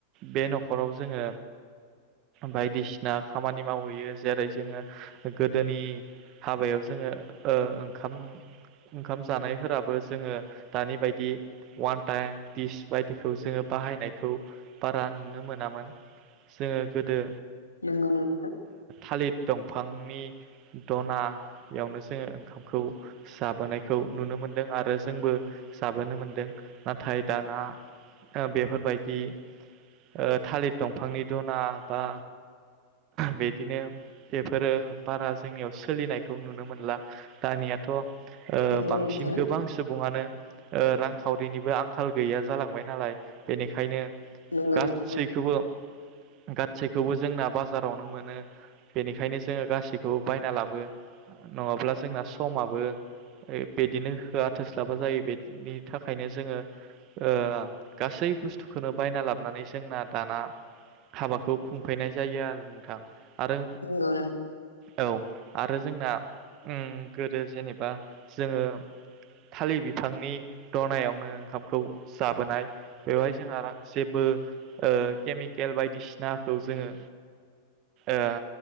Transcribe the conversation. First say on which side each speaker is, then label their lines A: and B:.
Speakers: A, on the right; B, on the left.
A: बे न'खराव जोङो बायदिसिना खामानि मावहैयो जेरै जोङो गोदोनि हाबायाव जोङो ओ ओंखाम ओंखाम जानायफोराबो जोङो दानि बायदि अवान टाइम दिस बायदिखौ जोङो बाहायनायखौ बारा नुनो मोनामोन जोङो गोदो
B: नोंगौ नोंथां।
A: थालिर दं फांनि दनायावनो जोङो ओंखामखौ जाबोनायखौ नुनो मोनदों आरो जोंबो जाबोनो मोनदों। नाथाय दाना ओ बेफोरबायदि ओ थालिर दंफांनि दना बा बिदिनो बेफोरो बारा जोंनियाव सोलिनायखौ नुनो मोनला दानियाथ' ओ
B: नंगौ
A: बांसिन
B: नोंथां
A: गोबां सुबुङानो ओ रांखावरिनिबो आंखाल गैया जालांबाय नालाय बेनिखायनो
B: नंगौ
A: गासैखोबो
B: नोंथां
A: गादसैखौबो जोंना बाजारावनो मोनो। बेनिखायनो जोङो गासैखौबो बायना लाबो नङाब्ला जोंना समाबो ओ बिदिनो होआ थोस्लाबा जायो बेनि थाखायनो जोङो ओ गासै बुस्थुखोनो बायना लाबोनानै जोंना दाना हाबाखौ खुंफैनाय जायो आरो नोंथां आरो
B: नोंगौ नोंथां।
A: औ आरो जोंना उम गोदो जेनेबा जोङो थालिर बिफांनि दनायावनो ओंखामखौ जाबोनाय बेवहाय जोंहारा जेबो ओ केमिकेल बायदिसिनाखौ जोङो ओ